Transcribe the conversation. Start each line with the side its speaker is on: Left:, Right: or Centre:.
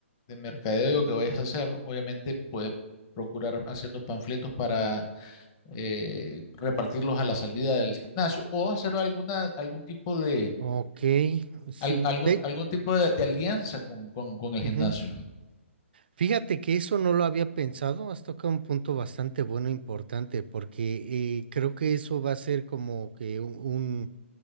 Left: de mercadeo que vayas a hacer, obviamente, pues procurar haciendo panfletos para eh, repartirlos a la salida del gimnasio o hacer alguna, algún tipo de
Right: Ok, sí.
Left: al- algún,
Right: de-
Left: algún tipo de, de alianza con, con- con el
Right: ujú.
Left: gimnasio.
Right: Fíjate que eso no lo había pensado, has tocado un punto bastante bueno, e importante, porque eh, creo que eso va a ser como que un, un